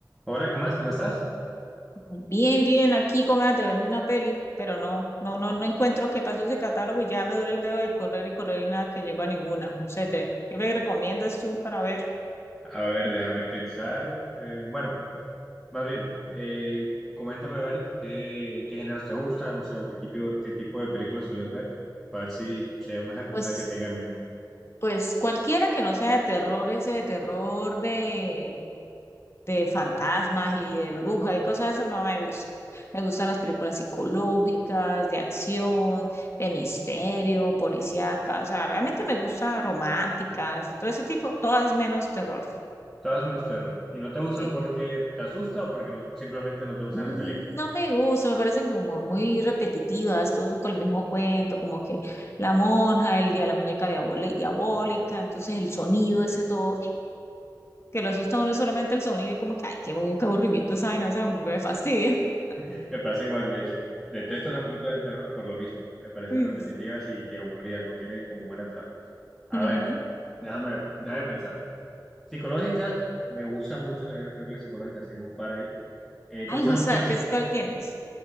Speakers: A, in the centre; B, on the left.
A: Hola, ¿qué más? ¿Cómo estás?
B: Bien, bien, aquí con ganas de verme una peli, pero no, no, no, no encuentro qué pasó ese catálogo y ya me duele el dedo de correr y correr y nada que llego a ninguna. No sé, te, ¿qué me recomiendas tú para ver?
A: A ver, déjame pensar. Eh, bueno, más bien, eh, coméntame a ver qué, qué géneros te gustan, no sé, o qué tipo, qué tipo de películas sueles ver, para ver si, si hay una,
B: Pues,
A: una que tenga en mente.
B: pues cualquiera que no sea de terror, ese de terror de, de fantasmas y de brujas y cosas de eso no me gusta. Me gustan las películas psicológicas, de acción, de misterio, policíacas, o sea, realmente me gustan románticas y todo ese tipo, todas menos terror.
A: Todas menos terror. Y no te gustan
B: Sí.
A: porque te asusta o porque no, simplemente no te gustan
B: Mm,
A: las películas.
B: No me gusta, me parecen como muy repetitivas, todos son con el mismo cuento, como que la monja, el día de la muñeca diabole- diabólica, entonces el sonido ese todo, que lo asusta a uno solamente el sonido y como que, ay, qué, abu- qué aburrimiento esa vaina, o sea, como que me fastidia. <laughs>
A: <laughs> Me pasa igual, de hecho. Detesto las películas de terror por lo mismo. Me parecen
B: Uy.
A: repetitivas y, y aburridas, no tienen como buena trama. A
B: Ujú.
A: ver, déjame, déjame pensar. Psicológicas, me gustan mucho también las películas psicológicas, tengo un par ahí. Eh,
B: Ay,
A: ¿te gustan
B: vas
A: los clásicos?
B: a ver, ¿qué es cuál tienes?